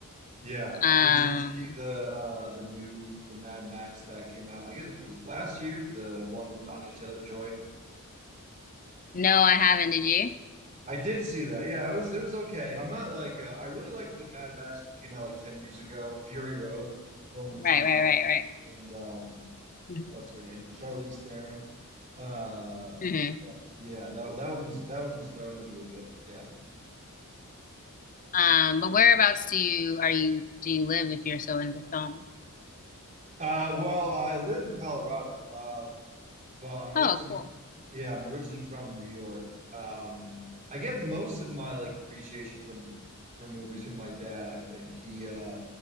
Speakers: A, on the right; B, on the left.
A: Yeah.
B: Um
A: Did you see the uh the new the Mad Max that came out? I guess it was last year, the one with Anya Taylor-Joy.
B: no, I haven't, did you?
A: I did see that. Yeah, it was it was okay. I'm not like uh, I really liked the Mad Max that came out like 10 years ago, Fury Road, the one with
B: Right,
A: Tom
B: right,
A: Hardy
B: right,
A: and um
B: right.
A: what's her name, Charlize Theron. Uh,
B: hmm
A: but yeah, that that one was that one was that one was really good. Yeah.
B: Um, but whereabouts do you are you do you live if you're so into film?
A: Uh, well, I live in Colorado, um, but I'm originally,
B: Oh, cool.
A: yeah, I'm originally from New York. Um, I get most of my like appreciation from for movies from my dad. I think he uh,